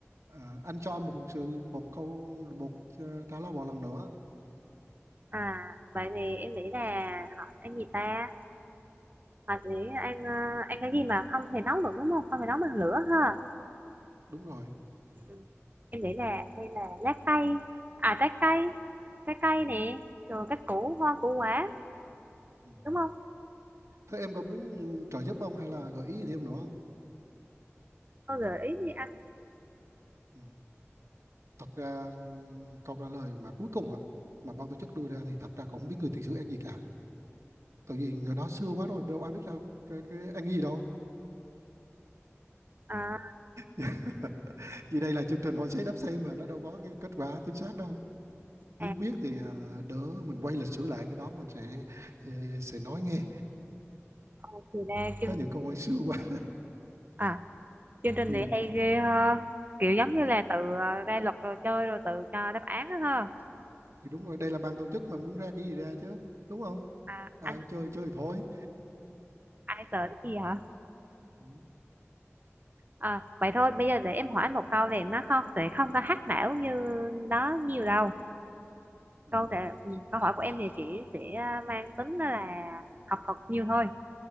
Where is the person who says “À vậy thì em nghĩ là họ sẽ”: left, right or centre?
Right